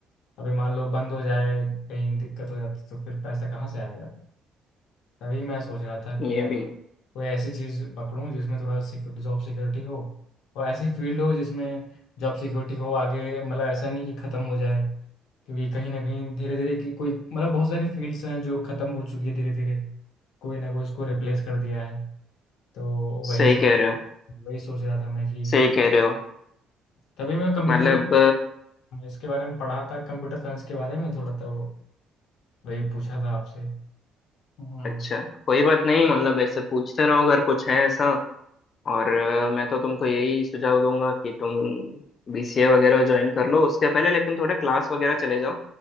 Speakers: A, on the left (about 75°); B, on the left (about 40°).
A: अभी मान लो बंद हो जाए कहीं दिक्कत हो जाती तो फिर पैसा कहाँ से आएगा तभी मैं सोच रहा था कि
B: ये
A: यार
B: भी
A: कोई ऐसी चीज़ पकड़ूं जिसमें थोड़ा सिक्योरिटी जॉब सिक्योरिटी हो और ऐसी फील्ड हो जिसमें जॉब सिक्योरिटी हो आगे मतलब ऐसा नहीं कि ख़त्म हो जाए क्योंकि कहीं ना कहीं धीरे धीरे की कोई मतलब बहुत सारी फील्ड्स हैं जो ख़त्म हो चुकी है धीरे धीरे कोई ना कोई इसको रिप्लेस कर दिया है तो वही
B: सही
A: सोच
B: कह रहे हो
A: वही सोच रहा था मैं कि
B: सही कह रहे हो
A: तभी मैं कंप्यूटर
B: मतलब
A: इसके बारे में पढ़ा था कंप्यूटर साइंस के बारे में थोड़ा तो वही पूछा था आपसे हम्म
B: अच्छा कोई बात नहीं मतलब ऐसे पूछते रहो अगर कुछ है ऐसा और अ, मैं तो तुमको यही सुझाव दूंगा कि तुम बीसीए वगैरह ज्वाइन कर लो उसके पहले लेकिन थोड़े क्लास वगैरह चले जाओ